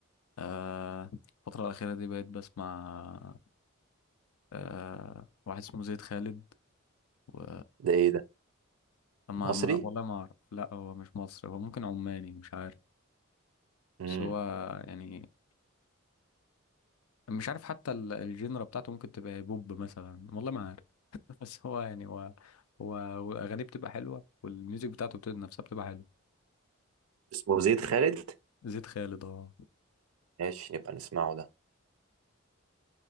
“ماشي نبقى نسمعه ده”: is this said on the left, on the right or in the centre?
Right